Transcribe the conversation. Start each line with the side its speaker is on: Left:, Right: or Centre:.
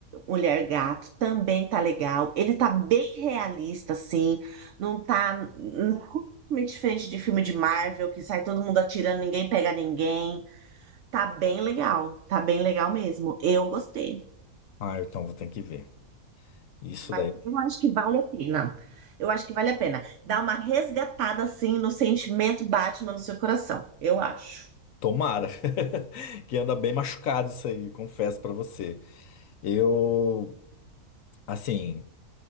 Right: Mulher Gato, também tá legal. Ele tá bem realista, assim, não tá hum, muito diferente de filme de Marvel, que sai todo mundo atirando, ninguém pega ninguém. Tá bem legal, tá bem legal mesmo. Eu gostei.
Left: Ah, então vou ter que ver. Isso
Right: Vai,
Left: daí,
Right: eu acho que vale a pena. Eu acho que vale a pena. Dá uma resgatada assim no sentimento Batman no seu coração. Eu acho.
Left: tomara. <laughs> Que anda bem machucado isso aí, confesso pra você. Eu, assim,